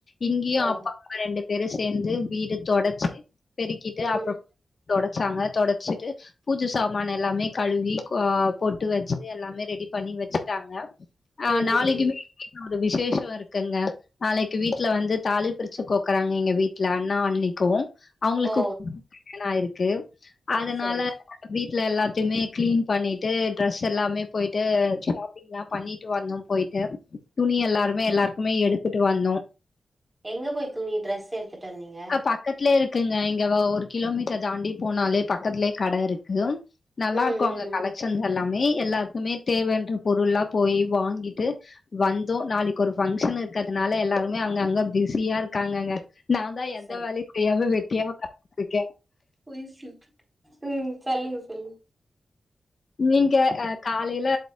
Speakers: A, on the left; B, on the right.
A: இங்கியு
B: ஓ
A: அப்பாம்மா ரெண்டு பேரு சேந்து வீடு தொடச்சி பெருக்கிட்டு
B: ம்
A: அப்பறொ தொடச்சாங்க தொடச்சிட்டு பூஜை சாமான் எல்லாமே கழுவி கோ போட்டு வெச்சு எல்லாமே ரெடி பண்ணி வெச்சு டாங்க ஆ
B: ம்
A: நாளைக்குமே
B: ம்.
A: ஒரு விசேஷொ இருக்குங்க நாளைக்கு வீட்ல வந்து தாலி பிரிச்சு கோக்குறாங்க எங்க வீட்ல அண்ணா அண்ணிக்கு அவ்ங்களுக்கு
B: ஓ
A: <inaudible> ணாயிருக்கு அதனால
B: சரி சரி.
A: வீட்ல எல்லாத்தையுமே க்ளீன் பண்ணிட்டு ட்ரெஸ் எல்லாமே போயிட்டு ஷாப் பிங்லா பண்ணிட்டு வந்தோ போய்ட்டு துணி எல்லாருமே எல்லாருக்குமே எடுத்துட்டு வந்தோ
B: எங்க போய் துணி ட்ரஸ் எடுத்துட்டு வந்தீங்க
A: பக்கத்லே இருக்குங்க இங்க வ ஒரு கிலோமீட்டர் தாண்டி போனாலே பக்கத்லே கட இருக்கு நல்லாருக்கு
B: ம் ம்,
A: அங்க
B: ம்.
A: கலெக்ஷன்ஸ் எல்லாமே எல்லாருக்குமே தேவன்ற பொருள்லா போய் வாங்கிட்டு வந்தோ நாளைக்கு ஒரு ஃபங்க்ஷன் இருக்கறதுனால எல்லாருமே அங்க அங்க பிஸியா இருக்காங்கங்க நான்தா எந்த
B: சரி
A: வேலயு செய்யாம வெட்டியா ஒக்கந்துட்ருக்க
B: போய் சாப்டுட்ட ம் சொல்லுங்க சொல்லுங்க
A: நீங்க அ காலைல